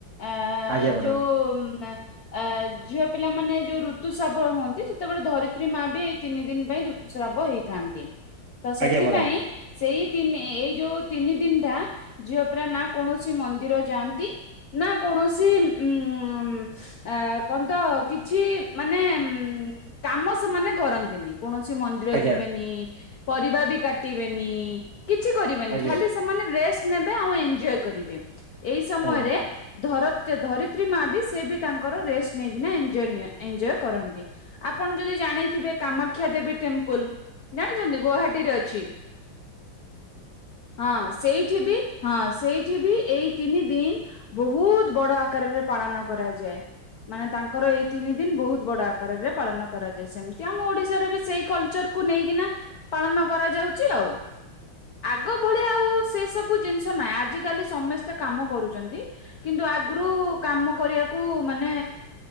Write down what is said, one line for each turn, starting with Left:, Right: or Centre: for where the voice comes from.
Left: ଆ
Right: ଆଜ୍ଞା ମ୍ୟାଡ଼ାମ।
Left: ଯୋଉ ଆଁ ଆ ଝିଅ ପିଲାମାନେ ଯୋଉ ଋତୁସ୍ରାବ ହୁଅନ୍ତି। ସେତେବେଳେ ଧରିତ୍ରୀ ମା ବି ଏଇ ତିନି ଦିନ ପାଇଁ ଋ ସ୍ରାବ ହେଇଥାନ୍ତି ତ ସେଥିପାଇଁ
Right: ଆଜ୍ଞା ମ୍ୟାଡ଼ାମ
Left: ସେଇ ତିନି ଏଇ ଯୋଉ ତିନି ଦିନଟା ଝିଅ ପରା ନା କୌଣସି ମନ୍ଦିର ଯାଆନ୍ତି। ନା କୌଣସି ଉଁ ଆ କଣନ୍ତ କିଛି ମାନେ ଉଁ କାମ ସେମାନେ କରନ୍ତିନି। କୌଣସି ମନ୍ଦିର
Right: ଆଜ୍ଞା
Left: ଯିବେନି। ପରିବା ବି କାଟିବେନି। କିଛି କ
Right: ଆଜ୍ଞା
Left: ଖାଲି ସେମାନେ ରେଷ୍ଟ ନେବେ ଆଉ ଏଞ୍ଜୟ କରିବେ। ଏଇ ସମୟରେ
Right: ଆଜ୍ଞା
Left: ଧର ଧରିତ୍ରୀ ମା ବି ସେ ବି ତାଙ୍କର ରେଷ୍ଟ ନେଇକିନା ଏନଜୟ ଏଞ୍ଜୟ୍ କରନ୍ତି। ଆପଣ ଯଦି ଜାଣିଥିବେ କାମାକ୍ଷା ଦେବୀ ଟେମ୍ପଲ ଜାଣିଚନ୍ତି ଗୋହାଟୀରେ ଅଛି। ହଁ ସେଇଠି ବି ହଁ ସେଇଠି ବି ଏଇ ତିନି ଦିଇନ ବୋହୁତ ବଡ ଆକାରରେ ପାଳନ କରାଯାଏ। ମାନେ ତାଙ୍କର ଏଇ ତିନି ଦିଇନ ବୋ ହୁତ ବଡ ଆକାରରେ ପାଳନ କରାଯାଏ ସେମିତି ଆମ ଓଡିଶାରେ ବି ସେଇ କଲଚର ତାକୁ ନେଇକିନା ପାଳନ କରାଯାଉଚି ଆଉ। ଆଗ ଭଳିଆ ଆଉ ସେ ସବୁ ଜିନିଷ ନାହିଁ ଆଜିକାଲି ସମସ୍ତେ କାମ କରୁଚନ୍ତି କିନ୍ତୁ ଆଗରୁ କାମ କରିବାକୁ ମାନେ